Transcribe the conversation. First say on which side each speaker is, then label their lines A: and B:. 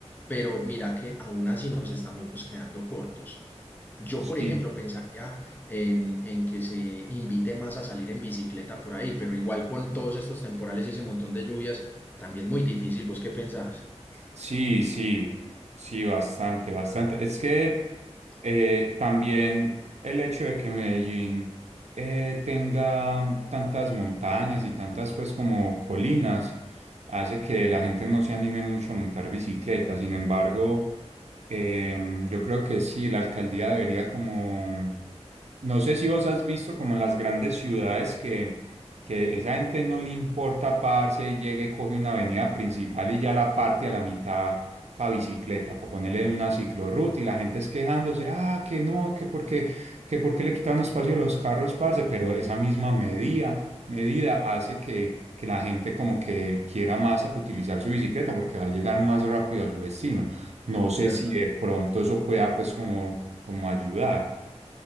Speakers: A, on the left (about 15°); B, on the right (about 70°).
A: Pero mira que aún así nos estamos quedando cortos. Yo,
B: Sí.
A: por ejemplo, pensaría en, en que se invite más a salir en bicicleta por ahí, pero igual con todos estos temporales y ese montón de lluvias, también muy difícil. ¿Vos qué pensás?
B: Sí, sí, sí, bastante, bastante. Es que eh, también el hecho de que Medellín eh, tenga tantas montañas y tantas pues como colinas hace que la gente no se anime mucho a montar bicicleta. Sin embargo, Em, yo creo que sí, la alcaldía debería como, no sé si vos has visto como en las grandes ciudades que, que esa gente no le importa parse y llega y coge una avenida principal y ya la parte a la mitad para bicicleta, para ponerle una ciclorruta y la gente es quejándose, ah, que no, que porque, que porque le quitaron espacio a los carros, parce, pero esa misma medida, medida hace que, que la gente como que quiera más utilizar su bicicleta porque va a llegar más rápido a su destino. No
A: Es
B: sé
A: verdad.
B: si de pronto eso pueda pues como, como ayudar.